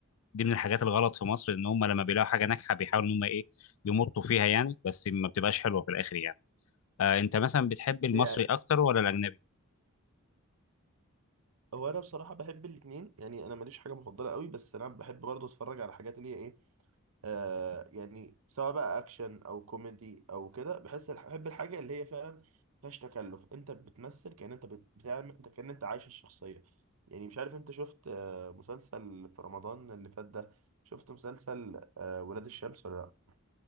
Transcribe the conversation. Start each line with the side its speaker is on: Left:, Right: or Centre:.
Left: دي من الحاجات الغلط في مصر ان هم لما بيلاقوا حاجه ناجحه بيحاولوا ان هم ايه يمطوا فيها يعني بس ما بتبقاش حلوه في الاخر يعني آه انت مثلا بتحب المصري
Right: يعني
Left: اكتر ولا الاجنبي
Right: هو انا بصراحه بحب الاثنين يعني انا ماليش حاجه مفضله قوي بس انا بحب برضه اتفرج على حاجات اللي هي ايه آه يعني سواء بقى اكشن او كوميدي او كده بحس الح- بحب الحاجه اللي هي فعلا ما فيهاش تكلف انت بتمثل كأن انت بت- بتعمل انت كأن انت عايش الشخصيه يعني مش عارف انت شفت آه مسلسل في رمضان اللي فات ده شفت مسلسل آه ولاد الشمس ولا لا